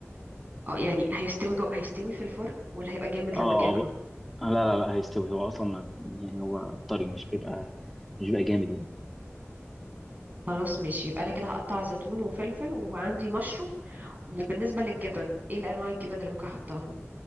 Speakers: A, on the right; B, in the centre.
A: اه يعني هيستوي جو... هيستوي في الفرن ولا هيبقى جامد
B: اه
A: لما اجي اكله
B: ب- لا لا لا هيستوي هو اصلا ما يعني هو طري مش بيبقى مش بيبقى جامد يعني
A: خلاص ماشي يبقى انا كده هقطع زيتون وفلفل وعندي مشروم بالنسبه للجبن ايه الانواع الجبن اللي ممكن احطها